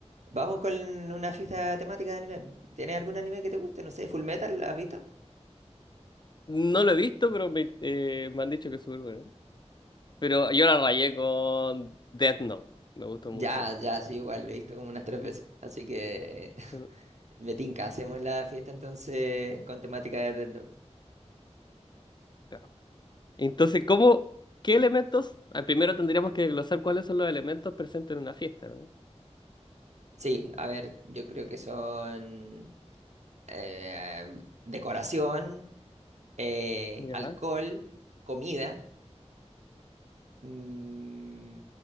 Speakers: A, on the right; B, on the left.
A: Vamos con una fiesta temática de anime. ¿Tienes algún anime que te guste? No sé, Full Metal, ¿has visto?
B: No lo he visto, pero me, eh, me han dicho que es súper bueno. Pero yo la rayé con Death Note, me gustó
A: Ya,
B: mucho Death
A: ya, sí, igual, lo he visto como unas tres
B: Note.
A: veces. Así que <laughs>
B: Mm.
A: me tinca, hacemos la fiesta entonces con temática de Death Note.
B: Claro. Entonces, ¿cómo, qué elementos? Ah, Primero tendríamos que desglosar cuáles son los elementos presentes en una fiesta, ¿no?
A: Sí, a ver, yo creo que son eh, decoración, eh,
B: Ya.
A: alcohol, comida. mm,